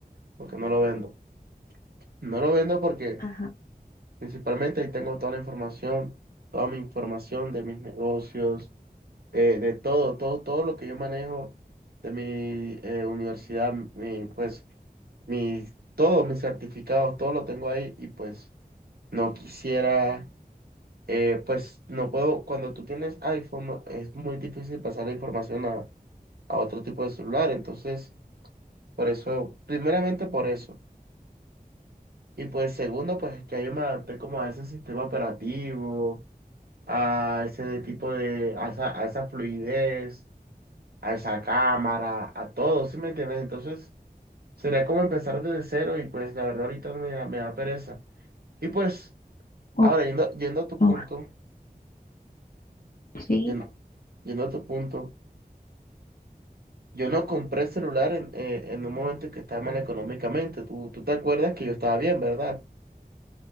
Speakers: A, on the right (about 75°); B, on the left (about 65°).
A: porque no lo vendo. No lo vendo porque
B: Ajá.
A: principalmente ahí tengo toda la información, toda mi información de mis negocios eh, de todo, todo, todo lo que yo manejo de mi eh, universidad, mi, pues, mis, todos mis certificados, todo lo tengo ahí y pues no quisiera, eh, pues no puedo, cuando tú tienes iPhone no- es muy difícil pasar la información a, a otro tipo de celular, entonces, por eso, primeramente por eso. Y pues segundo, pues es que yo me adapté como a ese sistema operativo, a ese tipo de, a esa, a esa fluidez a esa cámara, a todo, ¿sí me entiendes? Entonces, sería como empezar desde cero y pues la verdad ahorita me, da- me da pereza. Y pues, ahora
B: O-
A: yendo, yendo a tu punto,
B: o- sí,
A: yendo, yendo a tu punto, yo no compré celular en, eh, en un momento en que estaba mal económicamente. Tú, tú te acuerdas que yo estaba bien, ¿verdad?